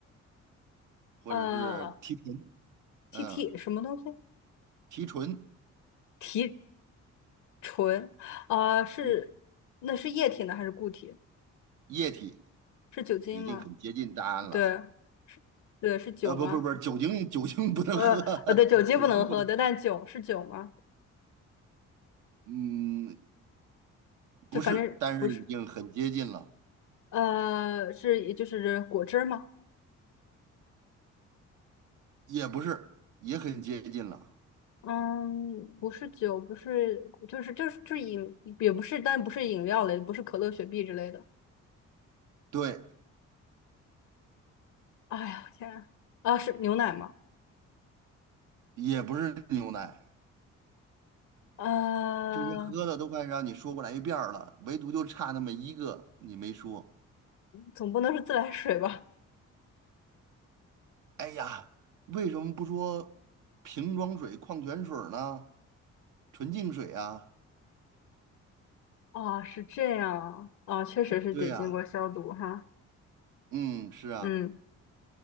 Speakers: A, on the right; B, on the left.
A: 或者是提纯，
B: 呃，T
A: 嗯
B: T 什么东西？
A: 提纯
B: 提纯啊、是那是液体呢还是固体？
A: 嗯，液体，
B: 是酒精吗？
A: 已经很接近答案了。
B: 对对，是酒吗？
A: 呃，不不不，酒精酒精不能喝，
B: 呃呃，
A: <laughs>
B: 对，酒精不能喝的，
A: 酒精不能喝。
B: 但酒是酒吗？
A: 嗯，
B: 就反正不是，
A: 不是，但是已经很接近了，
B: 呃，是也就是果汁儿吗？
A: 也不是，也很接近了。
B: 嗯，不是酒，不是，就是就是就是饮，也不是，但不是饮料类，不是可乐、雪碧之类的。
A: 对，
B: 哎呀，天啊，啊，是牛奶吗？
A: 也不是牛奶，
B: 呃，
A: 这些喝的都快让你说过来一遍儿了，唯独就差那么一个你没说。
B: 总不能是自来水吧？
A: 哎呀，为什么不说瓶装水、矿泉水儿呢？纯净水啊，
B: <laughs> 哦，是这样，啊，确实是得经过消毒哈。
A: 对呀，嗯，是啊，
B: 嗯，